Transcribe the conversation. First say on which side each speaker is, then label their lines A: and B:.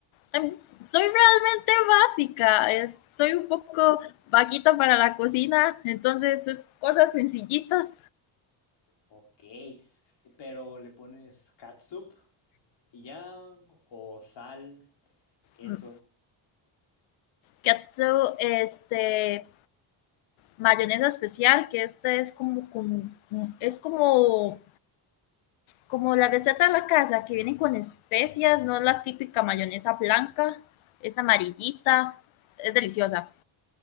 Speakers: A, on the left (about 80°); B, on the left (about 60°).
A: Em, Soy realmente básica, es- soy un poco vaquita para la cocina, entonces es cosas sencillitas.
B: Ok. Pero le pones catsup y ya, o sal, queso.
A: Mm. Katsu, este, mayonesa especial, que esta es como, como- es como, como la receta de la casa, que vienen con especias, no es la típica mayonesa blanca, es amarillita, es deliciosa.